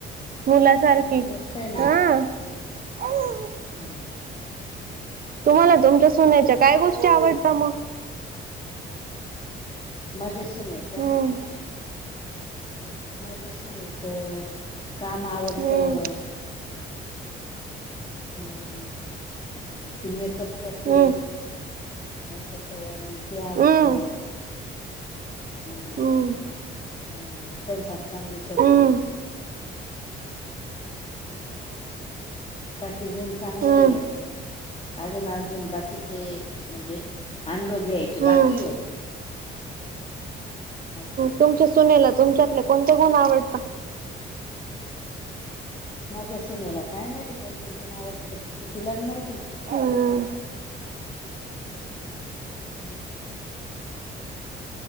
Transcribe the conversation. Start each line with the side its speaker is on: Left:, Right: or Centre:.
Right: मुलासारखी
Left: मस्त आहे
Right: हा. <inaudible>
Left: हम्.
Right: तुम्हाला तुमच्या सुनेच्या काय गोष्टी आवडता मग?
Left: माजा सुनेच्या
Right: हम्म
Left: का? माजा सूनेच काम आवडतं.
Right: हम्म
Left: हम्म. ती मेकअप करते.
Right: हम्म
Left: मस्त तयारी ते आवडत.
Right: हम्म
Left: हा.
Right: हम्म
Left: अ स्वयंपाक चांगली करते.
Right: हम्म.
Left: अस बाकी गुण चांगले
Right: हम्म
Left: येत. अजून अजून बाकीचे म्हणजे अनुभव घ्यायचे
Right: हम्म
Left: बाकीयेत. असं आहे.
Right: तुमच्या सुनेला तुमच्यातले कोणते गुण आवडत?
Left: माझ्या सुन्याला काय माहिती कोणते गुण आवडत. तिलाच माहिती.
Right: हम्म
Left: <inaudible>